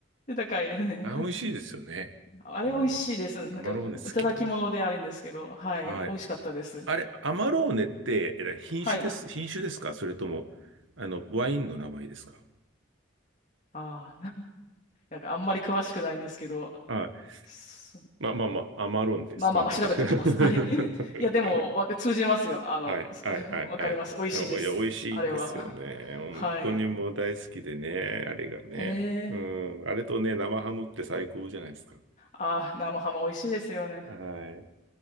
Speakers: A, on the left (about 35°); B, on the right (about 75°).
A: 高いですね。
B: あ、美味しいですよね。
A: あれ美味しいです。
B: うん。
A: なんか、
B: アマローネ好きだな。
A: いただき物であるんですけど、はい、
B: はい。
A: 美味しかったです。
B: あれ、アマローネって、えら品種です、
A: はい。
B: 品種ですかそれとも、あの、ワインの名前ですか
A: ああ、<laughs> なんかあんまり詳しくないんですけど、
B: はい。
A: そ
B: まあまあまあ、アマローネです、
A: まあまあまあ調べときます。
B: とにかく。<laughs>
A: はい。<laughs> いや、でも、わ通じますよ。あの、
B: はい、
A: そ
B: はい、
A: <laughs>
B: はい、
A: わかります。
B: はい。
A: 美味しいです。
B: いや、美味しいんですよね。
A: あれは。<laughs>
B: 本当にもう大好きでね、
A: はい。
B: あれがね。
A: へえ。
B: うん、あれとね、生ハムって最高じゃないですか。
A: ああ、生ハム美味しいですよね。
B: はい。